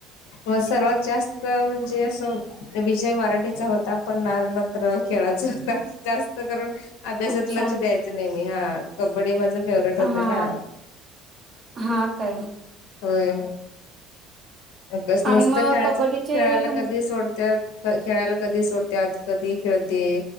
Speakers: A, on the left (about 75°); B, on the right (about 45°).
A: व सर्वात जास्त म्हणजे असं विषय मराठीचा होता पण नाद नंतर खेळाचा होता जास्त करून. अभ्यासात
B: अच्छा
A: लक्ष द्यायचं नाहीे मी हा कब्बडी माझं फेवरेट होत
B: हा
A: ना
B: हा काय
A: होय. अभ्यास नुसतं
B: आणि मग
A: खेळाच
B: कबड्डीचे
A: खेळाला
B: तुम
A: कधी सोडत्यात अ खेळायला कधी सोडत्यात कधी खेळते